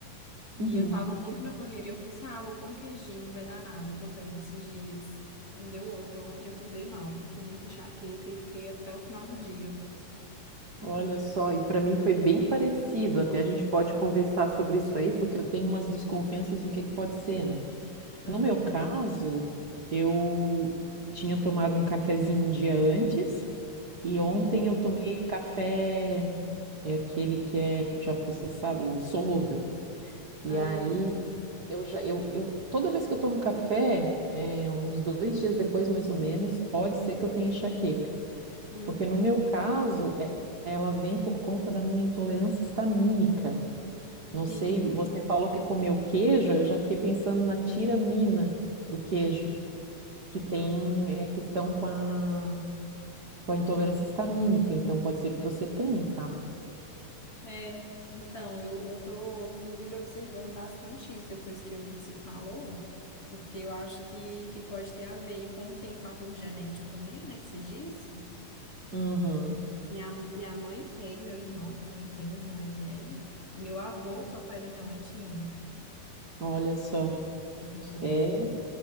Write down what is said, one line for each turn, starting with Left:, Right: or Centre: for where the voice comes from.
Left: E
Right: Uhum.
Left: eu tava muito na correria. Eu falei assim: ah, vou pôr um queijinho, não vai dar nada, eu tô bem esses dias. Não deu outra. Ontem eu acordei mal, com muita enxaqueca e fiquei até o final do dia.
Right: Olha só, e para mim foi bem parecido. Até a gente pode conversar sobre isso aí, porque eu tenho umas desconfianças do que que pode ser, né?
Left: Aham.
Right: No meu caso, eu tinha tomado um cafezinho um dia antes e ontem
Left: Uhum.
Right: eu tomei café, é aquele que é já processado, o solúvel. E
Left: Ah,
Right: aí
Left: sim.
Right: Eu já, eu, eu, toda vez que eu tomo café, é, uns dois dias depois, mais ou menos, pode ser que eu tenha enxaqueca.
Left: Uhum.
Right: Porque no meu caso, é- ela vem por conta da minha intolerância histamínica. Não
Left: Sim.
Right: sei, você falou que comeu queijo, eu já fiquei pensando na tiramina do queijo, que tem,
Left: Aham.
Right: é, questão com a, com a intolerância histamínica. Então, pode ser que você tenha, tá?
Left: É, então, eu, eu tô, inclusive, observando bastante isso depois que a gente se falou, porque eu acho que, que pode ter a ver. E como tem o fator genético também, né, que você disse,
Right: Uhum,
Left: minha, minha mãe tem, meu irmão também tem, meu irmão mais velho, e meu avô, que é o pai da minha mãe, tinha
Right: olha só.
Left: essa enxaqueca.
Right: É,